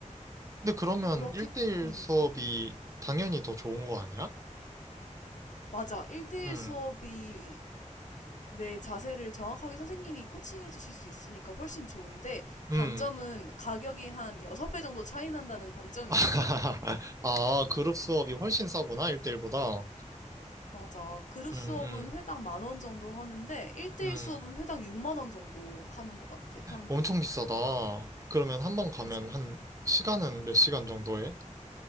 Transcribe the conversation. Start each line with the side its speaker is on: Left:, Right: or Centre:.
Right: 근데 그러면
Left: 그렇기,
Right: 1대1
Left: 음.
Right: 수업이 당연히 더 좋은 거 아니야?
Left: 맞아. 1대1
Right: 음,
Left: 수업이 내 자세를 정확하게 선생님이 코칭해 주실 수 있으니까 훨씬 좋은데 단점은
Right: 음.
Left: 가격이 한 6배 정도 차이 난다는 단점이
Right: <laughs>
Left: 있어.
Right: 아, 그룹 수업이 훨씬 싸구나, 1대1보다.
Left: 맞아. 그룹
Right: 음,
Left: 수업은
Right: 음,
Left: 회당 만원 정도 하는데 1대1
Right: 음.
Left: 수업은 회당 6만 원 정도 하는 것 같아, 평균.
Right: 엄청 비싸다. 그러면 한 번 가면
Left: 맞아.
Right: 한 시간은 몇 시간 정도 해?